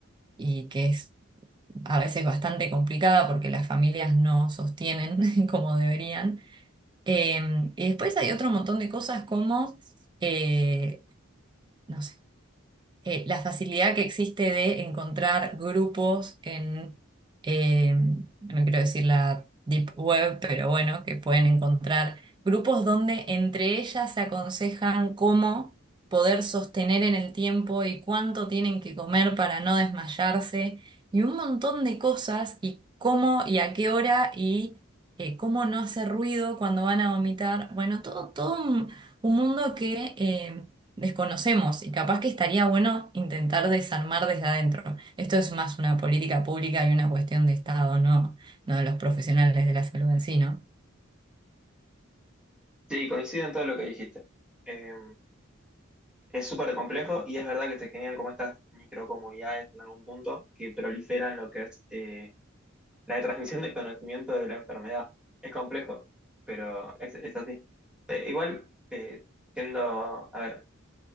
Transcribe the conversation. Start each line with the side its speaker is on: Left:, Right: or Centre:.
Right: y que es a veces bastante complicada porque las familias no sostienen <laughs> como deberían. Eh, y después hay otro montón de cosas como... eh, no sé eh, la facilidad que existe de encontrar grupos en, eh, no quiero decir la deep web, pero bueno, que pueden encontrar grupos donde entre ellas se aconsejan cómo poder sostener en el tiempo y cuánto tienen que comer para no desmayarse y un montón de cosas y cómo y a qué hora y eh, cómo no hacer ruido cuando van a vomitar. Bueno, todo, todo un, un mundo que... eh, desconocemos y capaz que estaría bueno intentar desarmar desde adentro. Esto es más una política pública y una cuestión de Estado, no, no de los profesionales de la salud en sí, ¿no?
Centre: Sí, coincido en todo lo que dijiste. Eh, es súper complejo y es verdad que se generan como estas microcomunidades en algún punto que proliferan lo que es eh, La transmisión de conocimiento de la enfermedad es complejo, pero es, es así. Eh, igual, eh, siendo, a ver,